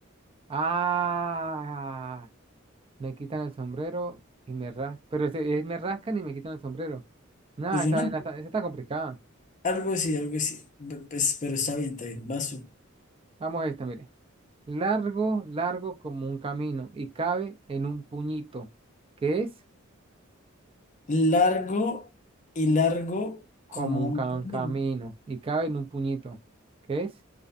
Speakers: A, on the right; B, on the left.
A: Ah, me quitan el sombrero y me rascan, pero ese- eh, me rascan y me quitan el sombrero. Nada,
B: Pues
A: esa
B: yo no,
A: vaina está, esa está complicada.
B: algo así, algo así. Be- pues, pero está bien, está bien. Vas tú.
A: Vamos a esta, mire. Largo, largo como un camino y cabe en un puñito, ¿Qué es
B: Largo y largo
A: como
B: como
A: un
B: un
A: ca-
B: puño,
A: un camino y cabe en un puñito, ¿qué es?